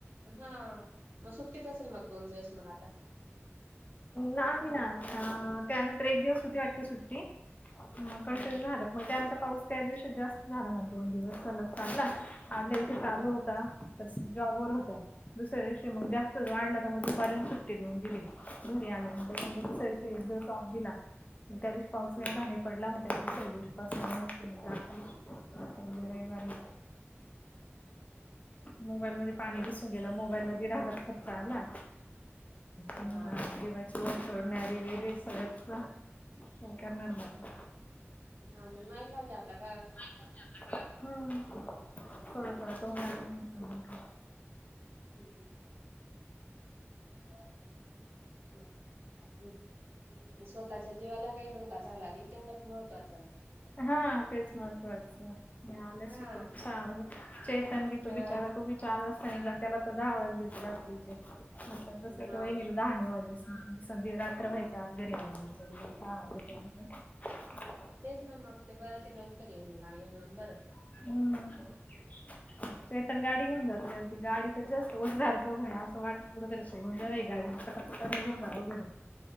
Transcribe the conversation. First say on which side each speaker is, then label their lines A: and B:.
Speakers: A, on the right (about 55°); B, on the left (about 35°).
A: हां. मग सुट्टीच असेल मग. दोन दिवस मग आता.
B: नाही ना. अं त्यानंतर एक दिवस होती वाटत सुट्टी. कंटिन्यू
A: ह
B: झालं. मग त्यानंतर पाऊस, त्या दिवशी जास् झाला म्हण. दोन दिवस सलग चागंला. आदल्या दिवशी चालू
A: हा
B: होता. तर स जॉब वर होत्या. दुसऱ्या दिवशी मग जास्तच वाढला. तर मग दुपारी आणि सुट्टी देऊन दिली. घरी आल्या. त्याच्यानंतर, दुसर्‍या दिवशी एक दिवस ऑफ दिला. मग त्या दिवशी, पाऊस
A: हम्म
B: एवढा नायी पडला मग त्याच्या दिवशी पासून <inaudible> आता उद्या
A: हम्म
B: रविवारी. मोबाईल मध्ये पाणी घुस न गेलं मोबाईमधी. दिड हजार खर्च आला. आणि
A: हा
B: <inaudible> देवाची जोर सोडणारी वेगळी सगळच. काय, करणार मग.
A: हां, मं नाईलाजय, आता गं.
B: हं. थोड फार आता होणार म्हटलं. नाही का?
A: हम्. <unintelligible> स्वतःच्या जीवाला काही धोका झाला नाही. तेवढंच महत्वाच.
B: हां. तेच महत्वाचं. मिळाल
A: हा
B: सुखरूप. साव <unintelligible> चेतन भी तो
A: अ
B: बिचारा. तो बि चार वाजता निघला. त्याला तर दहा वाजलेत रात्रीचे. म्हंटल,
A: मग
B: जस त्या वहिनीकड दहा नी वाजले. <unintelligible> रात्र व्हायच्या आत, घरी आले बिचारे. हां, आले त्यानंतर.
A: तेच ना, मग. ते बरं ते लवकर येऊन <unintelligible> बरं.
B: हं. <inaudible> चेतन गाडी घेऊन जातो. त्याला ती गाडीचेच जास्त ओझ जारतो <unintelligible> य. असं वाट, कुठ तरी सोडून द्यावी गाडी. आता निघून जावं घरी.